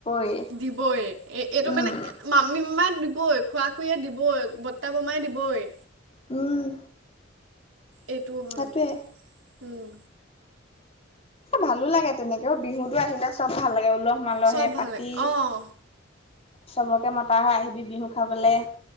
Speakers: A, on the left; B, on the right.
A: <unintelligible>
B: দিবই এ এইটো
A: উম,
B: মানে মামী-মামাক দিবই, খুৰা-খুৰীয়ে দিবই, বৰ্তা-বৰ্মাই দিবই।
A: উম
B: এইটোও হয়
A: সেইটোৱে।
B: উম।
A: ভালো লাগে তেনেকে বিহুতো আহিলে চব ভাল লাগে উলহ মালহে
B: চব ভালে
A: পাতি
B: অঁ
A: চবকে মতা হয় আহিবি বিহু খাবলৈ।